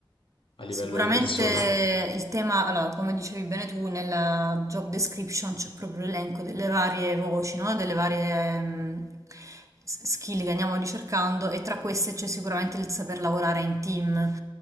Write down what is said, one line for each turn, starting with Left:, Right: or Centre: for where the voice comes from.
Left: a livello
Right: Sicuramente
Left: di persona?
Right: il tema, allora, come dicevi bene tu, nella job description c'è proprio l'elenco delle varie voci, no? Delle varie ehm, s- skill che andiamo ricercando e tra queste c'è sicuramente il saper lavorare in team,